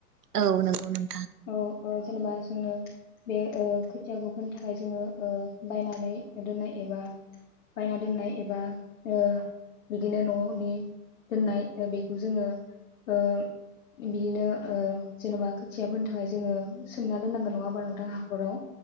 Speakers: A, on the right; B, on the left.
A: औ नंगौ नों
B: औ ओ जेनेबा जोंनो बे ओ खोथियाखौ फोनो थाखाय जोङो ओ बायनानै दोननाय एबा बायना दोननाय एबा ओ बिदिनो ननि दोननाय ओ बेखौ जोङो ओ बिनो ओ जेनबा खोथिया फोनो थाखाय जोङो सोमना दोननांगोन नङा होमबा नोंथां! हाखराव